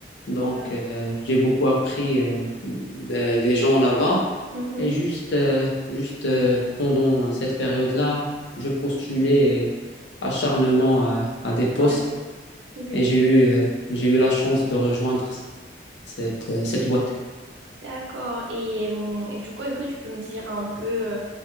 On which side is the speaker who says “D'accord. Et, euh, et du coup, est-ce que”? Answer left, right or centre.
Right